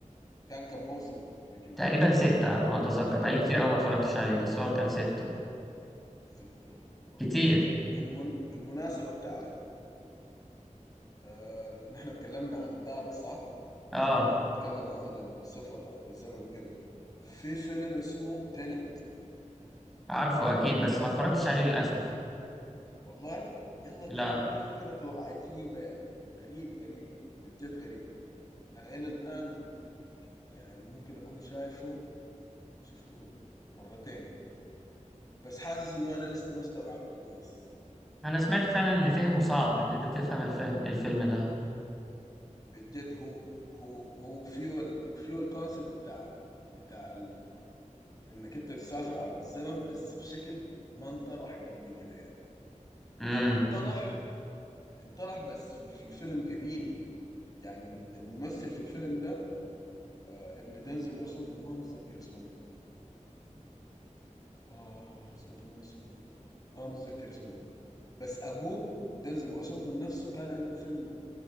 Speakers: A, on the left; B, in the centre.
A: كان كم موسم بريكنج
B: تقريبا
A: باد
B: ستة على ما اتذكر بقالي كتير قوي ما اتفرجتش عليه بس هو كان ستة
A: ستة اوكي
B: كتير
A: بالمن... بالمناسبة بتاعت آه... نحن اتكلمنا عن دارك صح؟
B: اه
A: انه بيتكلموا عن السفر عبر الزمن وكده في فيلم اسمه تيننت
B: عارفه اكيد بس ما اتفرجتش عليه للاسف
A: والله يلا
B: لا
A: تيننت ده فكرته عجيبة يعني غريب غريب بجد غريب انا الى الان يعني ممكن اكون شايفه شفته مرتين بس حاسس انه انا لسه ما استوعبته كويس
B: انا سمعت فعلا ان فهمه صعب ان انت تفهم الفيلم الفيلم ده
A: بجد هو هو هو فيه ال فيه الكونسيبت بتاع بتاع ال- انك انت بتسافر عبر الزمن بس بشكل ما انطرح قبل كده يعني
B: امم
A: او انطرح انطرح بس في, في فيلم قديم يعني الممثل في الفيلم ده آه ابن دينزل واشنطن ما متذكر اسمه منه. اه اسمه منه اسمه منه ما متذكر اسمه منه. بس ابوه دينزل واشنطن نفسه كان عنده فيلم